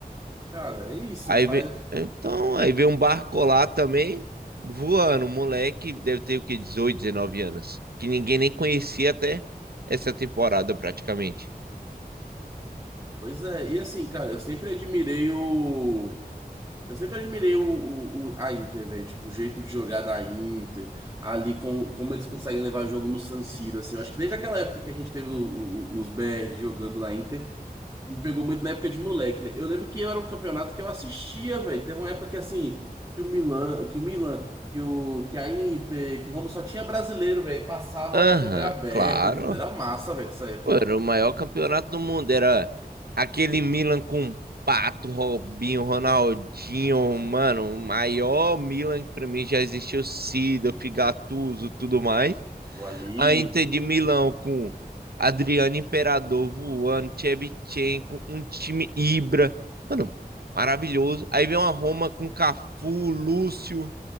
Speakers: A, on the right; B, on the right.
A: Cara, é isso.
B: Aí
A: Faz.
B: vem, então, aí vem um barco lá também, voando, um moleque, deve ter o quê? dezoito 19 anos, que ninguém nem conhecia até essa temporada praticamente.
A: Pois é. E assim, cara, eu sempre admirei o. Eu sempre admirei o, o, o- a Inter, velho. Tipo, o jeito de jogar da Inter, ali com, como eles conseguem levar jogo no San Siro, assim. Eu acho que desde aquela época que a gente teve o- o- os BR jogando na Inter, me pegou muito na época de moleque, né? Eu lembro que era um campeonato que eu assistia, velho. Teve uma época que, assim, que o Milan, que o Milan, que, o, que a Inter, que o Roma só tinha brasileiro, velho. Passava
B: Aham,
A: na TV aberta
B: claro.
A: e tudo. Era massa, velho, essa época.
B: Pô, era o maior campeonato do mundo, era aquele Milan com Pato, Robinho, Ronaldinho, mano, o maior Milan que pra mim já existiu, Seedorf, Gattuso, tudo mais.
A: Pô, ali,
B: A Inter de Milão com Adriano Imperador voando, Shevchenko, um time Ibra. Mano, maravilhoso. Aí vem uma Roma com Cafu, Lúcio.